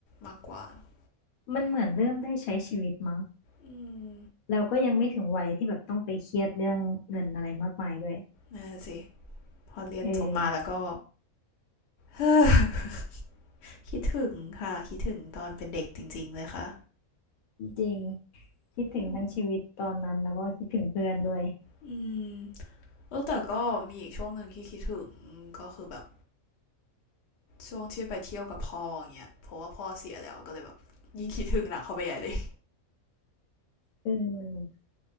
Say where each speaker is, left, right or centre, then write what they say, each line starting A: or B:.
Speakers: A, on the left; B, on the left.
A: มากกว่าเนอะ
B: มันเหมือนเริ่มได้ใช้ชีวิตมั้ง
A: อืม
B: เราก็ยังไม่ถึงวัยที่แบบต้องไปเครียดเรื่องเงินอะไรมากมายด้วย
A: นั่นสิพอเรียนจบมาแล้วก็
B: เออ
A: <sighs> คิดถึงค่ะคิดถึงตอนเป็นเด็กจริงๆเลยค่ะ
B: จริงคิดถึงทั้งชีวิตตอนนั้นแล้วก็คิดถึงเพื่อนด้วย
A: อืมอแล้วแต่ก็มีอีกช่วงหนึ่งที่คิดถึงก็คือแบบช่วงที่ไปเที่ยวกับพ่ออย่างเงี้ยเพราะว่าพ่อเสียแล้วก็เลยแบบยิ่งคิดถึงหนักเข้าไปใหญ่เลย
B: เออ